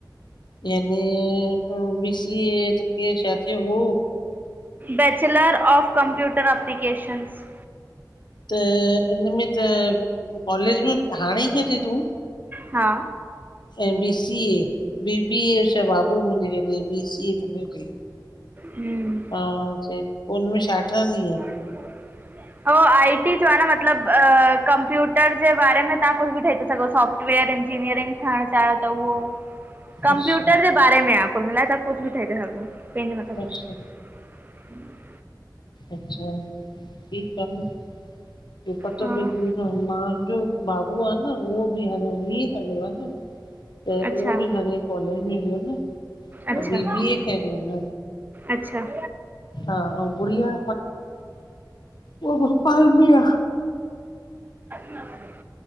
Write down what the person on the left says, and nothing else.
जेंमे बी सी ए त कीअं छा थियो हो
त इन में त कॉलेज में हाणे ई कयो तई तूं।
ऐं B C A B B A अछा बाबू मुंजे खईं तई बी सी ए तुंजो तई।
हा सही पो हिनमें छा ठहंदीअ?
अच्छा
अच्छा अच्छा ठीक आ न इयो पतो
पैंजी वियो। न मांजो बाबू आ न उओ बि हाणे उणवीहं साले जो आ न। त
उओ बि हाणे कॉलेज में वियो न।
बी बी ऐं कयो तई उन
हा अऊं गुडीया? उह भोपाल में आ।